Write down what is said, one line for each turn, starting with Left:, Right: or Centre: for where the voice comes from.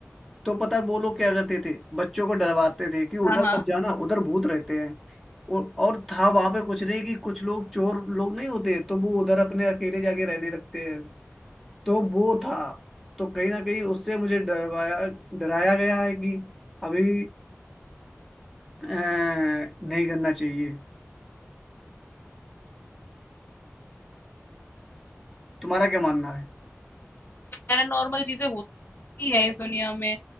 Centre: तो पता है वो लोग क्या करते थे बच्चों को डरवाते थे कि उधर
Left: हाँ हाँ
Centre: मत जाना उधर भूत रहते हैं और और था वहां पे कुछ नहीं कि कुछ लोग चोर लोग नहीं होते तो वो उधर अपने अकेले जाके रहने लगते हैं तो वो था तो कहीं ना कहीं उससे मुझे डरवाया डराया गया है कि अभी अ, नहीं करना चाहिए तुम्हारा क्या मानना है
Left: पैरानॉर्मल चीजें होती है इस दुनिया में